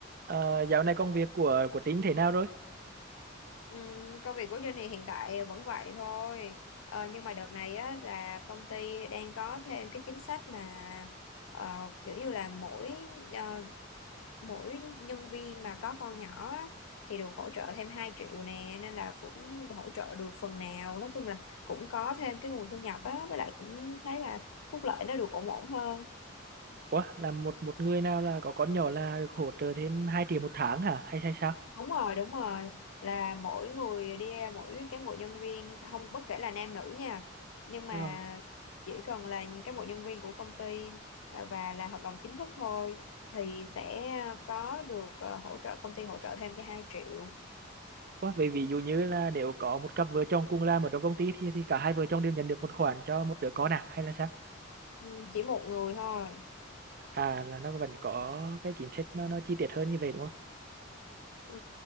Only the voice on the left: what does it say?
Ừm, công việc của Jenny hiện tại vẫn vậy thôi ờ, nhưng mà đợt này á, là công ty đang có thêm cái chính sách mà ờ, kiểu như là mỗi ờ, mỗi nhân viên mà có con nhỏ á, thì được hỗ trợ thêm 2 triệu nè nên là cũng hỗ trợ được phần nào nói chung là cũng có thêm cái nguồn thu nhập á với lại cũng thấy là phúc lợi nó được ổn ổn hơn
đúng rồi đúng rồi là mỗi người đi ra mỗi cán bộ nhân viên không bất kể là nam nữ nha nhưng mà
chỉ cần là những cán bộ nhân viên của công ty à, và là hợp đồng chính thức thôi thì sẽ có được à, hỗ trợ công ty hỗ trợ thêm cho hai triệu
Ừ, chỉ một người thôi
Ừ.